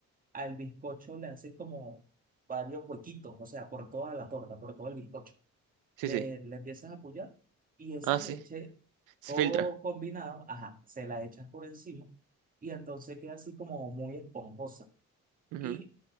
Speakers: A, on the right; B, on the right.
A: Al bizcocho le haces como varios huequitos, o sea, por toda la torta, por todo el bizcocho.
B: Sí,
A: le,
B: sí.
A: le empiezas a apoyar y esa
B: Ah,
A: leche,
B: sí. Se
A: todo
B: filtra.
A: combinado, ajá, se la echas por encima y entonces queda así como muy esponjosa.
B: Ujú,
A: Y